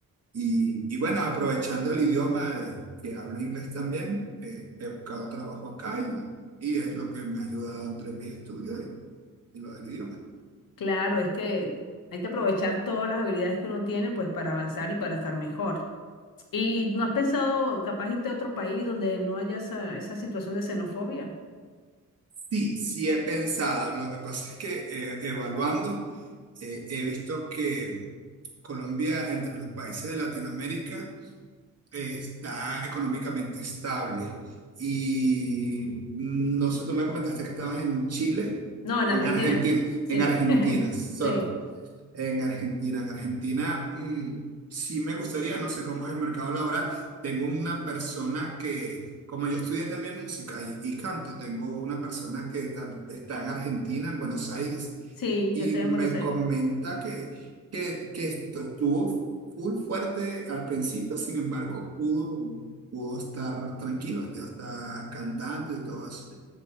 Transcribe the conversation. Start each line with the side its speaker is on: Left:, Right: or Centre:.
Right: y, y bueno, aprovechando el idioma, eh, que hablo inglés también, eh, he buscado trabajo acá y, y es lo que me ha ayudado entre mis estudios y, y lo del idioma.
Left: Claro, es que hay que aprovechar todas las habilidades que uno tiene pues para avanzar y para estar mejor. ¿Y no has pensado capaz irte a otro país donde no haya esa, esa situación de xenofobia?
Right: Sí, sí he pensado. Lo que pasa es que eh, evaluando, eh, he visto que Colombia, entre los países de Latinoamérica, eh, está económicamente estable. Y mm, no sé, tú me comentaste que estabas en Chile
Left: No, en
Right: o
Left: Argentina.
Right: en Argentina,
Left: Sí,
Right: en Argentina,
Left: <laughs>
Right: sorry.
Left: sí,
Right: En Argentina, en Argentina, mm, sí me gustaría, no sé cómo es el mercado laboral. Tengo una persona que, como yo estudié también música y, y canto, tengo una persona que tam- está en Argentina, en Buenos Aires,
Left: sí,
Right: y
Left: yo estoy
Right: me
Left: en Buenos Aires.
Right: comenta que, que, que esto estuvo full fuerte al principio, sin embargo, pudo, pudo estar tranquilo, ya está cantando y todo eso.